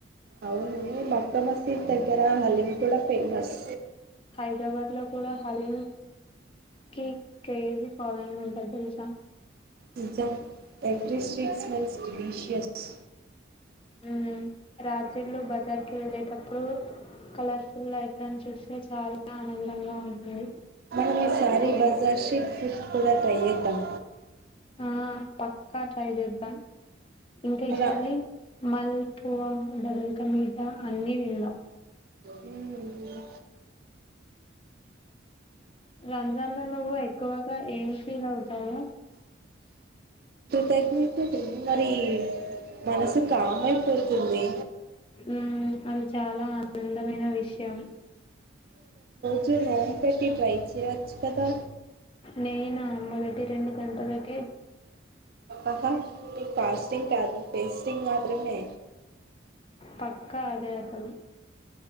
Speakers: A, on the right; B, on the left.
A: అవును మక్క మసీద్ దగ్గర హలీం కూడా ఫే మస్
B: హైదరాబాద్ లో కూడా హలీం కి క్రేజీ ఫాలోయింగ్ ఉంటంది తెలుసా
A: Nizam ఎవీ street smells delicious
B: um రాత్రిలు బజార్ కి వెళ్ళేటప్పుడు కలర్ఫుల్ ఐట్లను చూస్తే చాలా ఆనందంగా ఉంటుంది
A: మీ శారీ బజాషీట్ ఫిట్ కూడా త్రైచేద్దాం
B: ఆ పక్కా రాయిచేద్దాం ఇంకా
A: కదా
B: సారి మల్పువ డబల్క మీటా అన్నీ తిందాం
A: మ్మ్.
B: రంజాన్ లో నువ్వు ఎక్కువగా ఏం ఫీల్ అవుతావు
A: తగ్నిించ మరి మనసు కామ్ అయిపోతుంది
B: ఉమ్ అది చాలా ఆనందమైన విషయం
A: చూ నన్ పెట్టి ట్రై చేయచ్చు కదా
B: నేనామ్మదగారి రెండు గంటలకి
A: ఆహా ఫాస్టింగ్ కాదు పేస్టింగ్ మాత్రమే
B: పక్క అదే అసలు